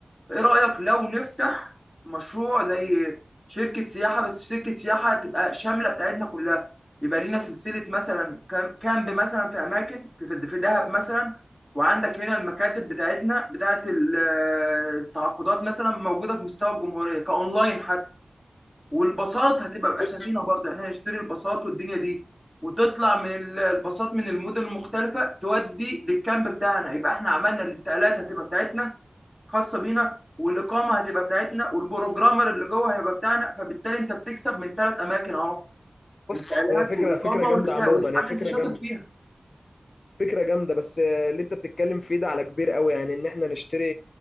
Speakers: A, in the centre; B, on the left.
A: ايه رأيك لو نفتح مشروع زي شركة سياحة بس شركة سياحة تبقى شاملة بتاعتنا كلها يبقى لينا سلسلة مثلا كام- كامب مثلا في أماكن في في في دهب مثلا وعندك هنا المكاتب بتاعتنا بتاعت ال- التعاقدات مثلا موجودة في مستوى الجمهورية كأونلاين حتى والباصات هتبقى بأسامينا
B: بص
A: برضه احنا نشتري الباصات والدنيا دي وتطلع من ال- الباصات من المدن المختلفة تودي للكامب بتاعنا يبقى احنا عملنا الانتقالات هتبقى بتاعتنا خاصه بينا والاقامه هتبقى بتاعتنا والبروجرامر اللي جوه هيبقى بتاعنا فبالتالي انت بتكسب من ثلاث اماكن اهو
B: بص
A: الانتقالات
B: آه، فكرة
A: والاقامه
B: فكرة جامدة
A: والبتاع
B: عموما
A: ودي حاجه
B: هي فكرة
A: انت شاطر
B: جامدة
A: فيها
B: فكرة جامدة بس آه، اللي انت بتتكلم فيه ده على كبير قوي يعني ان احنا نشتري